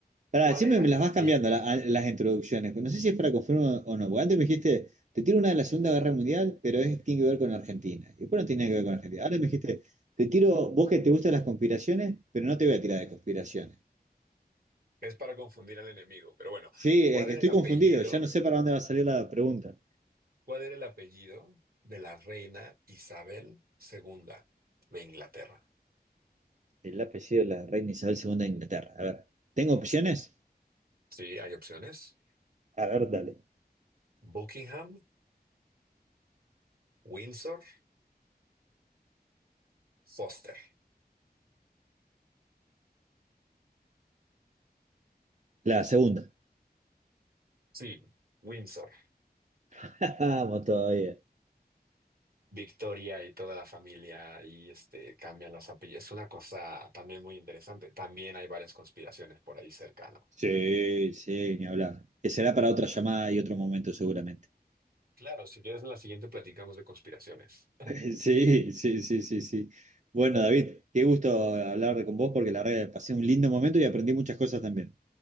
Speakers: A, on the right; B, on the right.
A: Pará,
B: ¿Cuál
A: siempre
B: era
A: me
B: el
A: las
B: apellido?
A: vas cambiando la- a- las introducciones. pero No sé si es para confirmar o no. Porque antes me dijiste, te tiro una de la Segunda Guerra Mundial, pero es, tiene que ver con Argentina. Y después no tiene nada que ver con Argentina. Ahora me dijiste, te tiro, vos que te gustan las conspiraciones, pero no te voy a tirar de conspiraciones.
B: Es para confundir al enemigo, pero bueno,
A: Sí,
B: ¿cuál
A: es que
B: era
A: estoy
B: el apellido?
A: confundido. Ya no sé para dónde va a salir la pregunta.
B: ¿Cuál era el apellido de la reina Isabel segunda de Inglaterra?
A: El apellido de la reina Isabel II de Inglaterra. A ver, ¿tengo opciones?
B: Sí, hay opciones.
A: A ver, dale.
B: Buckingham, Windsor, Foster.
A: La segunda.
B: Sí, Windsor.
A: <laughs> Vamos todavía.
B: Victoria y toda la familia y este cambian los apellidos. Es una cosa también muy interesante. También hay varias conspiraciones por ahí cercano.
A: Sí, sí, ni hablar. Que será para otra llamada y otro momento seguramente.
B: Claro, si quieres en la siguiente platicamos de conspiraciones.
A: <laughs> Sí, sí, sí, sí, sí. Bueno, David, qué gusto hablar con vos porque la verdad que pasé un lindo momento y aprendí muchas cosas también.